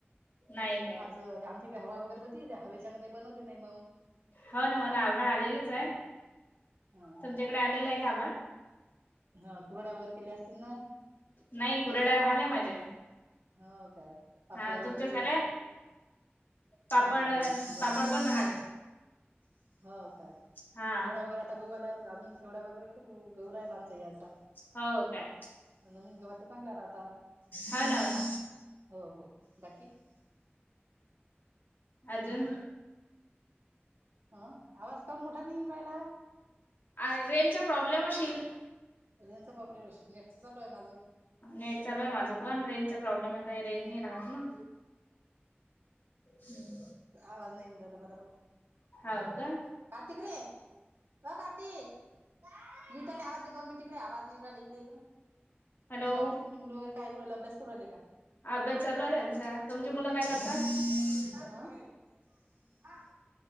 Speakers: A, on the left; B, on the right.
A: नाही काय.
B: ज आमची इकडे हवा वगैरे होती त्या हवेच्यानं काही बनवले नाही मग.
A: हो ना हो ना, आभाळ आलेलंच आहे
B: ह ह
A: तुमच्याकडे आलेलं आहे का आभाळ.
B: ह <inaudible> हा, कुरडया वगैरे केल्या''--'' असतील ना
A: नाही कुरड्या राहिल्या माझ्या.
B: हो, काय पापड
A: हा तुमच्या
B: वगैरे.
A: झाल्या पापड
B: हा हा कुरड्या
A: पापड पण राहिले.
B: हो, काय
A: हा
B: शेवड्या वगैरे आता गल्यावर आम्ही शेवड्या वगैरे. गव राहिला आमचा याचा
A: हो काय
B: नवीन गव्हाच्या चांगल्या राहतात.
A: हो ना हो ना,
B: हो हो, बाकी.
A: अजून.
B: ह, आवाज का मोठा नाही येऊन राहायला.
A: आणि रेंचा प्रॉब्लेम असशील.
B: रेनचा प्रॉब्मशी नेटच चालू आहे माझं.
A: नेट चालू आहे माझं पण रेंज चा प्रॉब्लेम आता रेंजी राहत ना. हम्.
B: आवाज नाही येऊन राहिला बरोबर.
A: हव का.
B: कतिकरे. हो, कार्तिक भथले आवाज द दोन मी तिकडे आवाज निवडला इकडे बर.
A: हॅलो.
B: बाकी तुमची मुलं वगैरे काय करायला अभ्यास करायले का.
A: अभ्यास चालू आहे त्यांचा तुमची मुलं काय करतात.
B: हा,